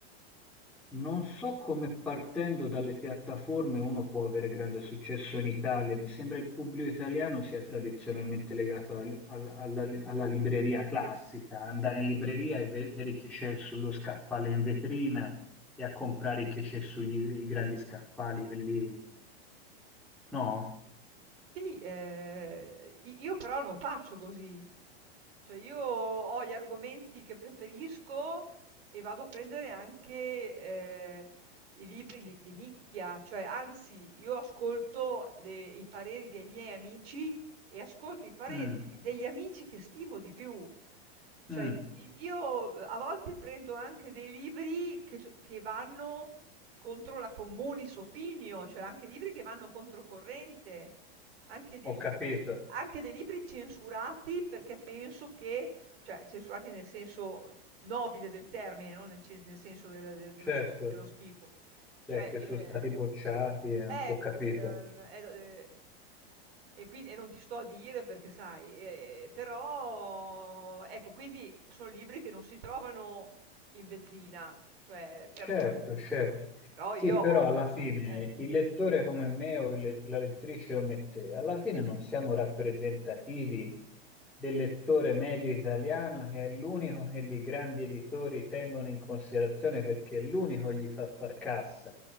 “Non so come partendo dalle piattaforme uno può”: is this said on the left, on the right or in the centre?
Centre